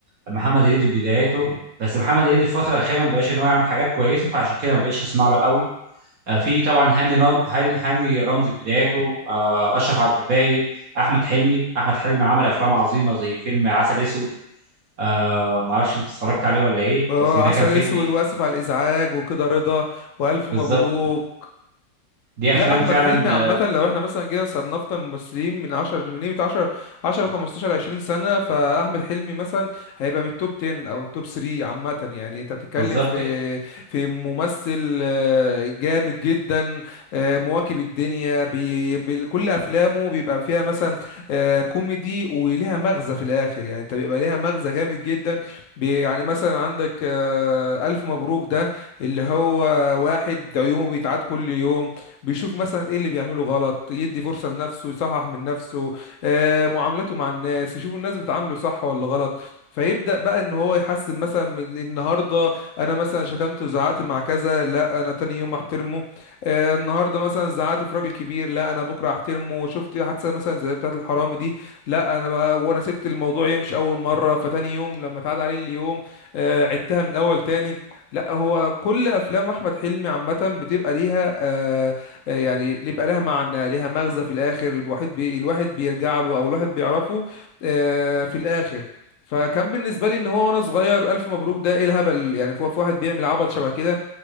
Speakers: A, on the right; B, on the left.
A: آه، محمد هنيدي في بداياته بس محمد هنيدي الفتره الاخيره ما بقاش ان هو يعمل حاجات كويسه فعشان كده ما بقتش اسمع له قوي آه، في طبعا هاني نج- هاني هاني رمزي في بداياته آه، اشرف عبد الباقي احمد حلمي احمد حلمي عمل افلام عظيمه زي فيلم عسل اسود آه، ما اعرفش انت اتفرجت عليه ولا ايه
B: اه
A: بس ده
B: عسل
A: كان فيلم
B: اسود واسف على الازعاج وكده رضا والف مبروك
A: بالظبط دي
B: لا
A: افلام
B: احمد
A: فعلا
B: حلمي عامه
A: آه،
B: لو احنا مثلا جينا صنفنا الممثلين من 10 من قيمه 10 10 15 20 سنه فاحمد حلمي مثلا هيبقى من التوب 10 او التوب 3 عامه يعني انت بتتكلم
A: بالظبط
B: في في ممثل آه، جامد جدا آه، مواكب الدنيا بي- بكل افلامه بيبقى فيها مثلا آه، كوميدي وليها مغزى في الاخر يعني انت بيبقى ليها مغزى جامد جدا بي- يعني مثلا عندك آه، الف مبروك ده اللي هو واحد عيومه بيتعاد كل يوم بيشوف مثلا ايه اللي بيعمله غلط يدي فرصة لنفسه يصحح من نفسه آه، معاملته مع الناس يشوف الناس بتعامله صح ولا غلط فيبدأ بقى ان هو يحسن مثلا من النهارده انا مثلا شتمت وزعقت مع كذا لا انا تاني يوم احترمه آه، النهارده مثلا زعقت في راجل كبير لا انا بكره احترمه شفت حادثه مثلا زي بتاعه الحرامي دي لا انا بقى وانا سبت الموضوع يمشي اول مره فتاني يوم لما اتعاد عليه اليوم آه، عدتها من اول تاني لا هو كل افلام احمد حلمي عامه بتبقى ليها آه، آه، يعني اللي بقى لها معنى لها مغزى في الاخر الواحد بي الواحد بيرجع له او الواحد بيعرفه آه، في الاخر فكان بالنسبه لي ان هو وانا صغير الف مبروك ده ايه الهبل يعني في في واحد بيعمل عبط شبه كده